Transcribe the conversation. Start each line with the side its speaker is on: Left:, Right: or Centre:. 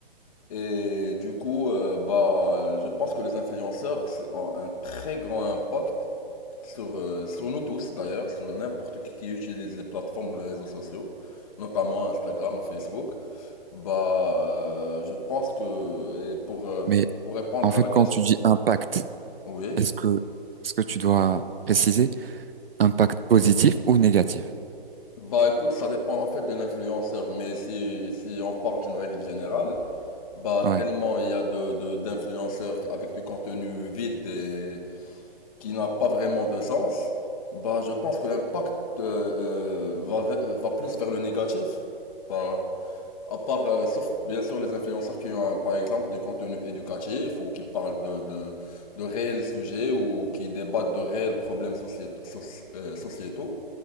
Left: Et du coup, euh, bah je pense que les influenceurs c'est- ont un très grand impact sur, euh, sur nous tous d'ailleurs, sur n'importe qui qui utilise les plateformes ou les réseaux sociaux, notamment Instagram ou Facebook. Bah euh, je pense que, et pour, euh,
Right: Mais
Left: pour répondre
Right: en
Left: à
Right: fait,
Left: la question,
Right: quand tu dis impact
Left: oui.
Right: Est-ce que, est-ce que tu dois préciser impact positif ou négatif?
Left: Bah écoute, ça dépend en fait de l'influenceur, mais si, si on part d'une règle générale, bah
Right: Ouais,
Left: tellement il y a de, de- d'influenceurs avec du contenu vide et qui n'a pas vraiment de sens, bah je pense que l'impact euh, euh, va, ve- va plus vers le négatif. Bah à part, euh, sauf bien sûr les influenceurs qui ont par exemple du contenu éducatif ou qui parlent de, de, de réels sujets ou qui débattent de réels problèmes sociét- soci- euh, sociétaux.